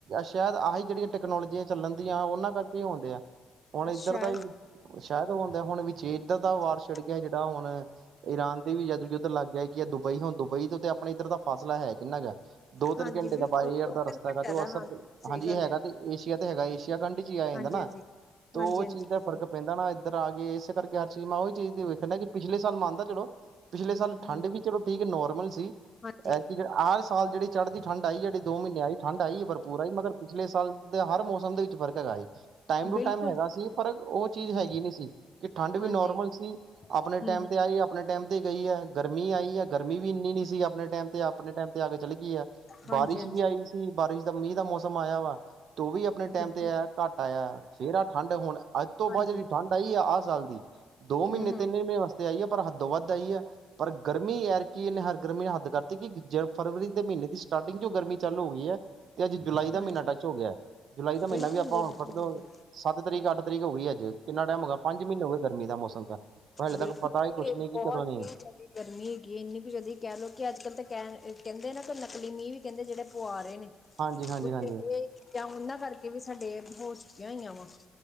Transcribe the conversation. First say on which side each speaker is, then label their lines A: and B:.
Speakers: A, on the right (about 65°); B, on the left (about 25°).
A: ਸ਼ਾਇਦ ਆਹੀ ਜਿਹੜੀਆਂ ਟੈਕਨੋਲੋਜੀਆਂ ਚੱਲਣ ਦੀਆਂ ਉਹਨਾਂ ਕਰਕੇ ਆਉਂਦੇ ਆ ਹੁਣ ਇੱਧਰ
B: ਸ਼ਾਇਦ
A: ਦਾ ਹੀ। ਸ਼ਾਇਦ ਉਹ ਹੁੰਦਾ ਹੁਣ ਵੀੇ ਦੇ ਇੱਧਰ ਦਾ ਵਾਰ
B: ਜੀ
A: ਛਿੜ ਗਿਆ ਜਿਹੜਾ ਹੁਣ ਈਰਾਨ ਦੇ ਵੀ ਜਦ ਯੁੱਧ ਲੱਗ ਗਿਆ ਕਿ ਆ ਦੁਬਈ ਹੁਨ ਦੁਬਈ ਤੋਂ ਅ ਆਪਣੇ ਇੱਧਰ ਦਾ ਫਾਸਲਾ ਹੈ ਕਿੰਨਾ ਗਾ ਦੋ
B: ਹਾਂਜੀ
A: ਤਿੰਨ ਘੰਟੇ
B: ਬਿਲਕੁਲ
A: ਦਾ ਬਾਏ ਏਅਰ
B: ਦੋ
A: ਦਾ
B: ਤਿੰਨ
A: ਰਸਤਾ
B: ਘੰਟਿਆਂ
A: ਹੈਗਾ ਤੇ ਉਹ
B: ਦਾ
A: ਅਸਰ
B: ਹਾਂਜੀ ਸਹੀ
A: ਹਾਂਜੀ
B: ਗੱਲ
A: ਇਹ ਹੈਗਾ
B: ਹੈ
A: ਤੇ ਏਸ਼ੀਆ ਤੇ ਹੈਗਾ ਏਸ਼ੀਆ ਕੰਟਰੀ ਚ ਹੀ ਆ ਜਾਂਦਾ
B: ਹਾਂਜੀ
A: ਨਾ
B: ਹਾਂਜੀ
A: ਤੇ ਉਹ
B: ਹਾਂਜੀ ਹਾਂਜੀ
A: ਚੀਜ਼ ਦਾ
B: ਬਿਲਕੁਲ
A: ਫਰਕ ਪੈਂਦਾ ਨਾ ਇੱਧਰ ਆ ਗਏ ਇਸੇ ਕਰਕੇ ਹਰ ਚੀਜ਼ ਮੈਂ ਉਹੀ ਚੀਜ਼ ਵੇਖਨ ਡੇਆ ਕਿ ਪਿਛਲੇ ਸਾਲ ਮਾਂਨਦਾ ਚਲੋ ਪਿਛਲੇ ਸਾਲ
B: ਹੂੰ
A: ਠੰਢ ਵੀ ਚਲੋ ਠੀਕ ਹੈ ਨੋਰਮਲ ਸੀ
B: ਹਾਂਜੀ
A: ਐਤਕੀਂ ਇਹ ਸਾਲ ਜਿਹੜੀ ਚੜ੍ਹਦੀ ਠੰਡ ਆਈ ਜਿਹੜੀ ਦੋ ਮਹੀਨੇ ਆਈ ਠੰਢ ਆਈ ਹੈ ਪਰ ਪੂਰਾ ਈ ਮਗਰ ਪਿਛਲੇ ਸਾਲ ਦੇ ਹਰ ਮੌਸਮ ਦੇ ਵਿੱਚ ਫਰਕ ਹੈਗਾ ਏ। ਟਾਈਮ ਟੂ
B: ਬਿਲਕੁਲ
A: ਟਾਈਮ ਹੈਗਾ ਸੀ ਪਰ ਉਹ ਚੀਜ਼
B: ਹੂੰ
A: ਹੈਗੀ
B: ਹੂੰ
A: ਨਹੀਂ ਸੀ। ਕਿ ਠੰਡ ਵੀ
B: ਹਾਂਜੀ
A: ਨੋਰਮਲ ਸੀ ਅਪਣੇ
B: ਹੂੰ
A: ਟੈਮ
B: ਹੂੰ
A: ਤੇ ਆਈ ਅਪਣੇ ਟਾਈਮ ਤੇ ਗਈ ਹੈ ਗਰਮੀ ਆਈ ਹੈ ਗਰਮੀ ਵੀ ਇੰਨੀ ਨੀ ਸੀ ਅਪਣੇ ਟਾਈਮ ਤੇ ਅਪਣੇ ਟਾਈਮ ਤੇ ਆ ਕੇ ਚਲੀ ਹੇਗੀ ਆ ਬਾਰਿਸ਼
B: ਹਾਂਜੀ ਹਾਂਜੀ
A: ਵੀ ਆਈ ਸੀ ਬਾਰਿਸ਼ ਦਾ ਮੀਂਹ ਦਾ ਮੌਸਮ ਆਇਆ ਵਾ ਤੂੰ ਵੀ ਅਪਨੇ ਟਾਈਮ
B: ਬਿਲਕੁਲ
A: ਤੇ ਇਹ ਘੱਟ ਆਇਆ ਫੇਰ ਆਹ ਠੰਡ ਹੁਣ ਅੱਜ ਤੋਂ
B: ਹਾਂਜੀ
A: ਬਾਅਦ ਜਿਹੜੀ ਠੰਡ ਆਈ ਆਹ ਸਾਲ ਦੀ ਦੋ ਮਹੀਨੇ
B: ਹੂੰ ਹੂੰ
A: ਤਿੰਨੇ ਮਹੀਨੇ ਵਸ ਆਈ ਹੈ ਪਰ ਹੱਦੋ ਵੱਧ ਆਈ ਹੈ ਪਰ ਗਰਮੀ ਐਰਕਨ ਹਰ ਗਰਮੀ ਨੇ ਹੱਦ ਕਰਤੀ ਕਿ ਜ <unintelligible> ਫਰਵਰੀ ਦੇ ਮਹੀਨੇ ਦੀ ਸਟਾਰਟਿੰਗ ਚੋ ਗਰਮੀ ਚਾਲੂ ਹੋ ਗਈ ਹੈ ਤੇ ਅੱਜ ਜੁਲਾਈ ਦਾ
B: ਹਾਂਜੀ
A: ਮਹੀਨਾ ਟੱਚ ਹੋ ਗਿਆ ਜੁਲਾਈ ਦਾ ਮਹੀਨਾ
B: ਬਿਲਕੁਲ
A: ਵੀ ਆਪਾਂ
B: ਜੀ ਬਿਲਕੁਲ
A: ਹੁਣ ਫੱਟ ਦੋਗੇ
B: ਬਿਲਕੁਲ
A: ਸੱਤ ਤਰੀਕ ਅੱਠ ਤਰੀਕ ਹੋ ਗਈ ਅੱਜ ਕਿੰਨਾ ਟਾਈਮ ਹੋਗਿਆ ਪੰਜ ਮਹੀਨੇ ਹੋ ਗਏ ਗਰਮੀ ਦਾ ਮੌਸਮ ਦਾ ਹਾਲੇ ਤੱਕ
B: ਬਿਲਕੁੱਲ
A: ਪਤਾ ਹੀ
B: ਜੀ
A: ਕੁਛ ਨਹੀਂ ਕਿ
B: ਬਹੁਤ
A: ਕਦੋਂ ਨਹੀਂ
B: ਹੀ ਜੇਦੀ ਗਰਮੀਂ ਹੈਗੀ ਹੈ ਇੰਨੀ ਕੁ ਜੇਦੀ ਕਹਿ ਲਓ ਕਿ ਅੱਜ ਕੱਲ੍ਹ ਤਾਂ ਕਹਿਣ ਕਹਿੰਦੇ ਨਾ ਕਿ ਨਕਲੀ ਮੀਂਹ ਵੀ ਕਹਿੰਦੇ ਜਿਹੜੇ ਪੂਆ ਰਹੇ ਨੇ।
A: ਹਾਂਜੀ ਹਾਂਜੀ
B: ਕੁਛ
A: ਹਾਂਜੀ
B: ਇਹ ਉਹਨਾਂ ਕਰਕੇ ਵੀ ਸਾਡੇ ਹੋ ਚੁੱਕੀਆਂ ਹੋਈਆਂ ਵਾ